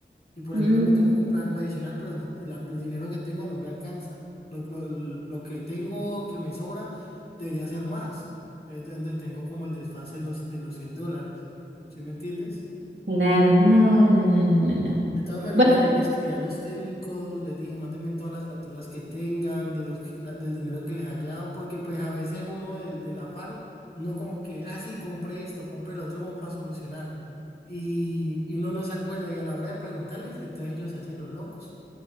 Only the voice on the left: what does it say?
Y por ejemplo,
hoy me tocó comprar algo adicional, pero no, te- la- el dinero que tengo no me alcanza. Lo, lo- lo que tengo que me sobra debería ser más. Es donde tengo como el desfase de los, de los 100 dólares. ¿Sí me entiendes?
De todas maneras,
ahí le escribí a los técnicos, les dije, mándenme todas las facturas que tengan, de los, que- la- del dinero que les haya dado, porque pues a veces uno del, del afán, no como que, ah, sí, compré esto, compré lo otro como para solucionar. Y, y uno no se acuerda y a la hora de preguntarles, entonces ellos se hacen los locos.